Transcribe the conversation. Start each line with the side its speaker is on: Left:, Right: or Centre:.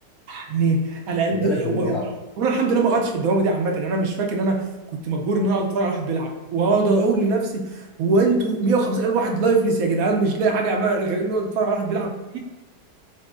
Right: يعني على قد
Left: ما بالك باللي
Right: و-
Left: بيلعب
Right: و-
Left: بقى
Right: وانا الحمد لله ما قعدتش في الدوامه دي عامه يعني انا مش فاكر ان انا كنت مبهور ان انا اقعد اتفرج على واحد بيلعب واقعد اقول لنفسي هو انتوا 150,000 واحد لايفلس يا جدعان مش لاقي حاجه اعملها غير انه اتفرج على واحد بيلعب